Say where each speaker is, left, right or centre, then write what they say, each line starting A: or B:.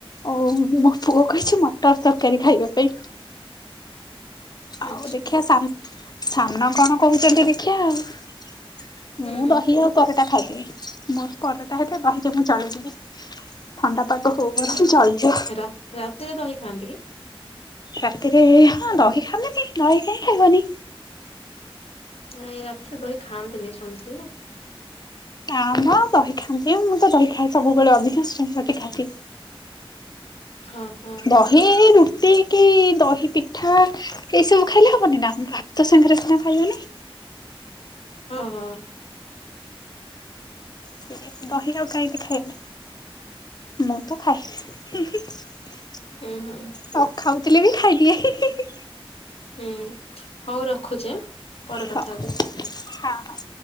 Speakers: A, on the left; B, on the left.
A: ଆଉ ମୋ ପୁଅ କହିଛି ମଟର ତରକାରୀ ଖାଇବା ପାଇଁ। ଆଉ
B: ଆଚ୍ଛା
A: ଦେଖିିବା ସାନ୍ ସାନ କଣ କରୁଛନ୍ତି ଦେଖିବା ଆଉ
B: ହୁଁ
A: ମୁଁ
B: ହୁଁ।
A: ଦହି ଆଉ ପରଟା ଖାଇଦେବି ମୋର ପରଟା ହେଲେ ଦହି ଯୋଗୁଁ ମୁଁ ଚଳିଯିବି। ଥଣ୍ଡା ପାଗ ହଉ ବରଂ
B: ହେଲେ
A: ଚଳିଯିବ।
B: ରା ରାତିରେ ଦହି ଖାଆନ୍ତି କି?
A: ରାତିରେ ହଁ ଦହି ଖାଆନ୍ତିନି ଦହି କାଇଁ ଖାଇବନି?
B: ନାଇଁ ରାତିରେ ଦହି ଖାଆନ୍ତିନି ଶୁଣିଥିଲି ନା।
A: ଆମ ଦହି ଖାନ୍ତି ମୁଁ ତ ଦହି ଖାଏ ସବୁବେଳେ ଅଧିକାଂଶ ରୁଟି ଖାଇଦିଏ।
B: ହଁ ହଁ।
A: ଦହି ରୁଟି କି ଦହି ପିଠା ଏଇସବୁ ଖାଇଲେ ହବନି ନା ଭାତ ସାଙ୍ଗରେ ସିନା ଖାଇବନି?
B: ହଁ ହଁ।
A: ସେ ଦହିରେ ଆଉ କାଇଁକି ଖାଇବ? ମୁଁ ତ ଖାଏ। <unintelligible>
B: ହୁଁ ହୁଁ
A: ନ ଖାଉଥିଲେ ବି ଖାଇଦିଏ। <unintelligible>
B: ହୁଁ ହଉ ରଖୁଛି ଆଁ? ପରେ
A: ହଁ
B: କଥା ହେବି।
A: ହାଁ ହାଁ।